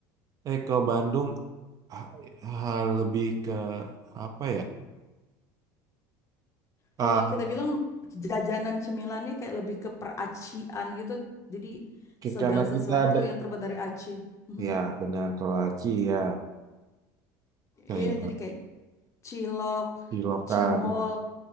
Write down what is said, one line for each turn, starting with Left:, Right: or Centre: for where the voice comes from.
Right: eh kalau Bandung ah, ah, lebih ke apa ya? Ah,
Left: Kalau kita bilang jajanan cemilannya kayak lebih ke peracian gitu, jadi
Right: ke-
Left: segala
Right: karena
Left: sesuatu
Right: kita ada
Left: yang terbuat dari aci. Hmm.
Right: ya benar kalau Aci ya kayak
Left: Iya, jadi kayak cilok,
Right: di lokal
Left: cimol,
Right: benar